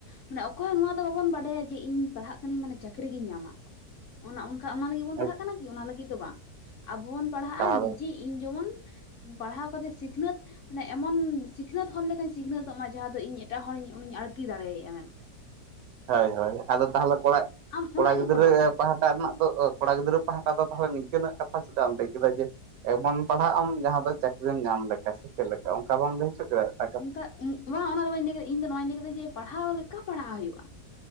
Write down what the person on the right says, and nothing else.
ᱦᱮᱸ
ᱛᱟᱦᱚᱞᱮ
ᱦᱚᱭ ᱦᱚᱭ ᱟᱫᱚ ᱛᱟᱦᱚᱞᱮ ᱠᱚᱲᱟ <inaudible>
ᱠᱚᱲᱟ
ᱜᱤᱫᱽᱨᱟᱹ
ᱯᱟᱦᱟᱴᱟ ᱨᱮᱱᱟᱜ ᱚ ᱚ ᱠᱚᱲᱟ ᱜᱤᱫᱽᱨᱟᱹ ᱯᱟᱥᱦᱴᱟ ᱫᱚ ᱱᱤᱝᱠᱟᱹᱱᱟᱜ ᱠᱟᱛᱷᱟ ᱪᱮᱫᱟᱜ ᱮᱢ ᱞᱟᱹᱭ ᱠᱮᱫᱟ ᱡᱮ ᱮᱵᱚᱱ ᱯᱟᱲᱦᱟᱜ ᱟᱢ ᱡᱟᱦᱟᱸ ᱫᱚ ᱪᱟᱹᱠᱨᱤᱢ ᱧᱟᱢ ᱞᱮᱠᱟ ᱥᱮ ᱪᱮᱫ ᱞᱮᱠᱟ ᱚᱱᱠᱟ ᱵᱟᱢ ᱞᱟᱹᱭ ᱦᱚᱪᱚ ᱠᱮᱫ <unintelligible>